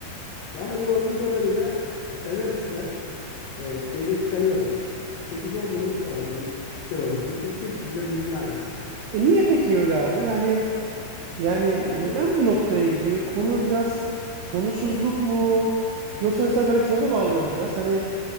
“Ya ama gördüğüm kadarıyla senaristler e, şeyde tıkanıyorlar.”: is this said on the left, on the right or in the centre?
Left